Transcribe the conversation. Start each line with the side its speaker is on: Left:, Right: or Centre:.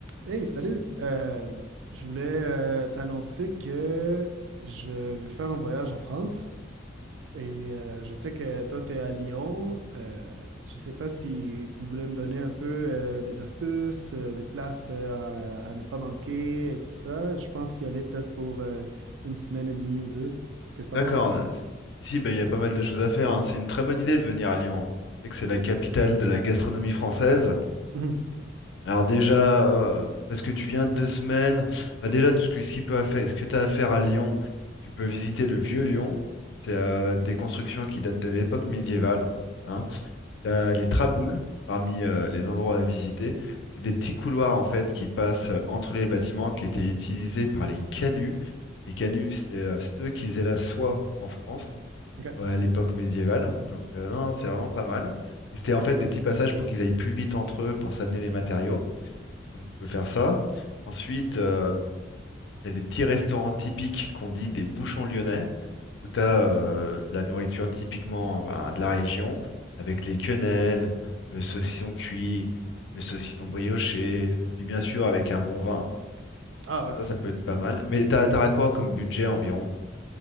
Right: Hey, salut! Euh, je voulais euh, t'annoncer que je vais faire un voyage en France et euh, je sais que toi, tu es à Lyon. Euh, je sais pas si tu voulais me donner un peu euh, des astuces, euh, des places euh, à, à ne pas manquer et tout ça. Je pense y aller peut-être pour euh, une semaine et demie ou deux. Qu'est-ce que
Left: D'accord.
Right: t'en penses?
Left: euh, Ici, bah, il y a pas mal de choses à faire. hein. C'est une très bonne idée de venir à Lyon. hein. Tu sais que c'est la capitale de la gastronomie française.
Right: Mhm.
Left: Alors déjà, euh, parce que tu viens de deux semaines, bah déjà, tu- ce que, ce qui peut à faire- ce que tu as à faire à Lyon, tu peux visiter le vieux Lyon. C'est euh, des constructions qui datent de l'époque médiévale. Hein. T'as les traboules parmi euh, les endroits à visiter. C'est des petits couloirs en fait qui passent euh, entre les bâtiments qui étaient utilisés par les canuts. Les canuts, c'est euh, ceux qui faisaient la soie en France
Right: OK.
Left: ouais, à l'époque médiévale. Donc euh, non, c'est vraiment pas mal. Et c'était en fait des petits passages pour qu'ils aillent plus vite entre eux pour s'amener les matériaux. Donc tu peux faire ça. Ensuite, euh, il y a des petits restaurants typiques qu'on dit des bouchons lyonnais, où tu as de la nourriture typiquement ben, de la région, avec les quenelles, le saucisson cuit, le saucisson brioché, puis bien sûr avec un bon vin.
Right: Ah
Left: Donc
Right: ouais,
Left: ça,
Right: ouais.
Left: ça peut être pas mal. Mais t'as t'auras quoi comme budget environ?